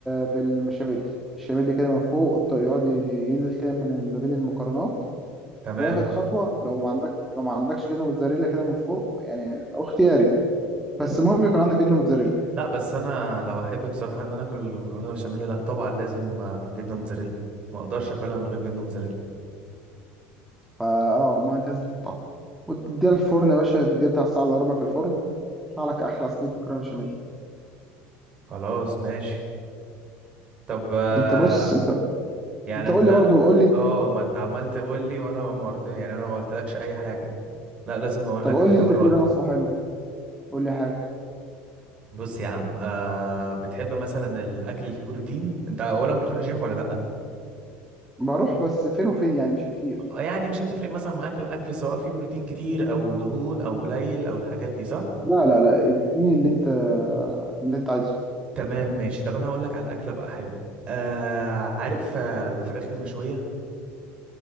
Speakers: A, in the centre; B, on the right.
A: بالبشاميل البشاميل كده من فوق الط- يقعد ينزل كده من ما بين المكرونات
B: تمام
A: واخر خطوه لو ما عندك لو ما عندكش جبنه موتزاريلا كده من فوق يعني أو اختياري بس المهم يكون عندك جبنه موتزاريلا
B: لا بس انا لو احب بصراحة ان انا اكل المكرونة بشاميل لا طبعا لازم آه، جبنة موتزاريلا ما اقدرش اكلها من غير جبنه موتزاريلا
A: فا اه ما انت لازم تحطها وتديها الفرن يا باشا تديها بتاع ساعه الا ربع في الفرن يطلع لك احلى صينيه مكرونه بشاميل
B: خلاص ماشي طب آه،
A: انت بص انت
B: يعني
A: انت
B: انت
A: قول لي برضه قول لي
B: اه ما انت عمال تقول لي وانا ما رضي يعني انا ما قلتلكش اي حاجه لا لازم اقول
A: طب
B: لك
A: قول
B: انا كمان
A: لي انت كده
B: واحده
A: وصفه حلوه قول لي حاجه
B: بص يا عم آه بتحب مثلا الاكل اللي فيه بروتين انت اولا بتروح جيم ولا لا
A: بروح بس فين وفين يعني مش كتير
B: آه يعني مش هتفرق مثلا معاك الاكل سواء فيه بروتين كتير او دهون او قليل او الحاجات دي صح
A: لا لا لا اديني اللي انت اللي انت عايزه
B: تمام ماشي طب انا هقول لك على الاكله بقى حلوه آه عارف آه، الفراخ المشويه